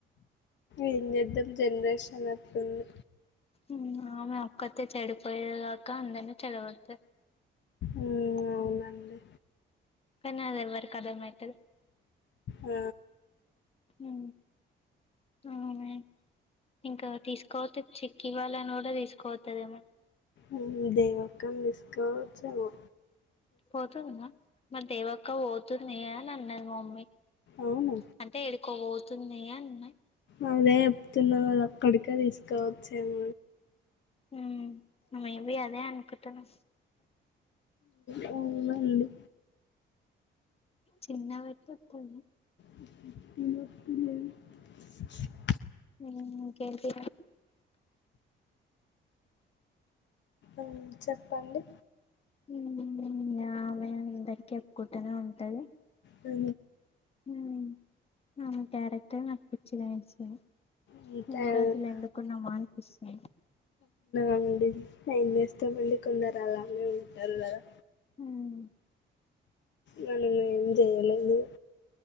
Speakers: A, on the left (about 65°); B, on the left (about 30°).
A: ఏం చేస్తారు జనరేషన్ అట్లా ఉంది
B: ఉమ్ ఆమె ఒక్కతే చెడిపోయేది కాక అందర్నీ చెడగొడుతదీ
A: ఉమ్, అవునండి
B: కనది ఎవరికీ అర్థం అయితలేదు
A: ఉ
B: ఉ అమె ఇంకా తీసుకోవపొతే చిక్ వాళ్లని కూడా తీసుకోవతుదేమో
A: ఉమ్ దేవి అక్కను తీసుకుపోవచ్చు ఏమో
B: పోతుంది గా మరి దేవాక్క పోతుంది అన్ని అంది మా మమ్మీ
A: అవును
B: అంటే ఎడికో పోతుంది అన్నా
A: అ అదే చెప్తున్నా కదా అక్కడికే తీసుకోవచ్చామ
B: ఉమ్ మేబి అదే అనుకుంటున్నా
A: అవు అన్నోళ్లు
B: చిన్న వెటితలు
A: <unintelligible>
B: ఉమ్ ఇంకేంటి
A: ఉ చెప్పాలి
B: ఉమ్ ఆమె అందరికి చెప్కుంటనే ఉంటది
A: ఉ
B: ఉమ్ అమె క్యారెక్టర్ నాకు పిచ్చి లేస్తది
A: అంతే
B: ఇన్ని రోజులు ఎందుకు ఉన్నామా అనిపిస్తుంది
A: అండి నైం చేస్తామండి కొందరు అలానే ఉంటారు కదా
B: ఉమ్మ్
A: మనం ఏం చెయలేదు